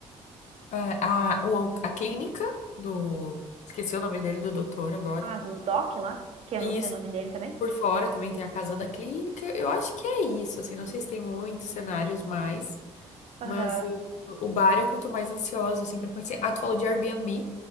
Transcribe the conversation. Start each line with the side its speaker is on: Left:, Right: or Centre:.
Left: a, a, o- a clínica do. Esqueci o nome dele, do doutor agora.
Right: Ah, do Doc lá, que eu
Left: E
Right: não sei
Left: isso,
Right: o nome dele também.
Left: por fora também tem a casa da clínica. Eu acho que é isso, assim, não sei se tem muitos cenários mais.
Right: Aham,
Left: Mas eu- o bar é que eu tô mais ansiosa, assim, pra conhecer. Ah, tu falou de Airbnb.